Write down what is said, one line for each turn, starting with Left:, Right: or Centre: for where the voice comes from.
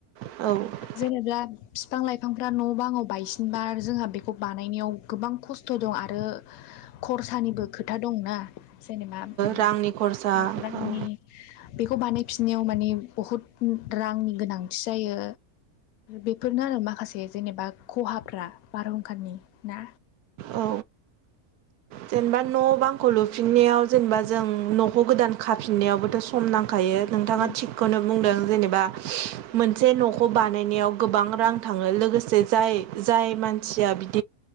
Right: औ
Left: जेनेब्ला फिफां लाइफांफ्रा न' बाङाव बायसिनबा जोंहा बेखौ बानायनायाव गोबां खस्थ' दं आरो खरसानिबो खोथा दंना जेनेबा
Right: रांनि खरसा
Left: <inaudible> रांनि
Right: औ
Left: बेखौ बानायफिननायाव माने बहुद रांनि गोनांथि जायो बेफोरनो आरो माखासे जेनेबा खहाफ्रा बारहुंखारानि ना
Right: औ जेनेबा न' बांखौ लुफिननायाव जेनेबा जों न'खौ गोदान खाफिननायावबोथ' सम नां <unintelligible> नोंथाङा
Left: औ
Right: थिखौनो बुंदोन जेनेबा मोनसे न'खौ बा बानायनायाव गोबां रां थाङो लोगोसे जाय जाय मानसिया बि